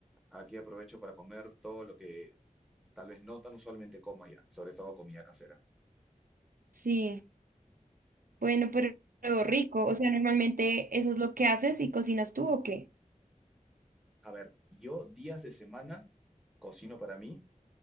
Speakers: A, in the centre; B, on the right.
A: aquí aprovecho para comer todo lo que tal vez no tan usualmente como allá, sobre todo comida casera.
B: Sí, bueno, pero, pero rico. O sea, normalmente eso es lo que haces y cocinas tú o qué?
A: A ver, yo días de semana cocino para mí,